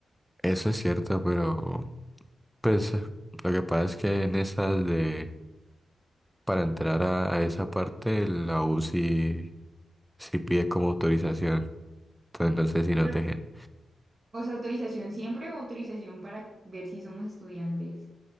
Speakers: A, in the centre; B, on the right.
A: Eso es cierto, pero pues lo que pasa es que en esas de, para entrar a, a esa parte, la U sí, sí pide como autorización. Entonces no sé si nos
B: Pero,
A: dejen.
B: o sea, autorización siempre o autorización para ver si somos estudiantes.